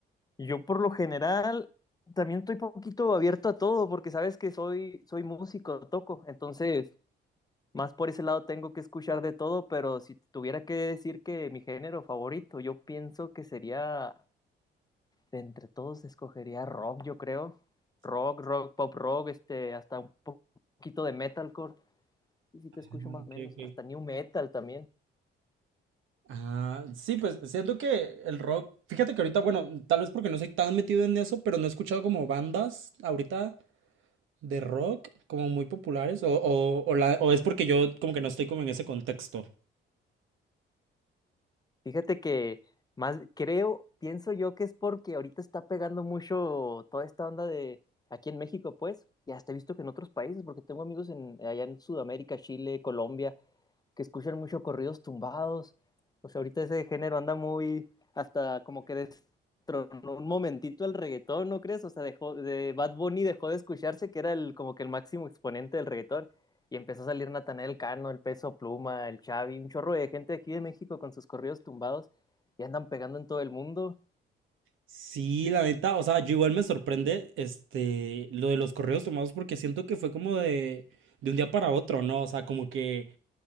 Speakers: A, on the left; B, on the right.
A: yo por lo general también estoy poquito abierto a todo porque sabes que soy, soy músico, toco, entonces más por ese lado tengo que escuchar de todo, pero si tuviera que decir que mi género favorito, yo pienso que sería, de entre todos escogería rock, yo creo, rock, rock, pop rock, este, hasta un po- poquito de metalcore, y si te escucho
B: Ah,
A: más
B: ok,
A: o menos,
B: ok.
A: hasta new metal también.
B: Ah, sí, pues siento que el rock, fíjate que ahorita, bueno, tal vez porque no soy tan metido en eso, pero no he escuchado como bandas ahorita de rock como muy populares, o, o, o, la- o es porque yo como que no estoy como en ese contexto.
A: Fíjate que más creo, pienso yo que es porque ahorita está pegando mucho toda esta onda de aquí en México, pues, y hasta he visto que en otros países, porque tengo amigos en allá en Sudamérica, Chile, Colombia, que escuchan mucho corridos tumbados. O sea, ahorita ese género anda muy, hasta como que destronó un momentito el reggaetón, ¿no crees? O sea, dejó, de Bad Bunny dejó de escucharse, que era el, como que el máximo exponente del reggaetón. Y empezó a salir Natanael Cano, el Peso Pluma, el Xavi, un chorro de gente aquí de México con sus corridos tumbados y andan pegando en todo el mundo.
B: Sí, la neta, o sea, yo igual me sorprende este, lo de los correos tomados porque siento que fue como de, de un día para otro, ¿no? O sea, como que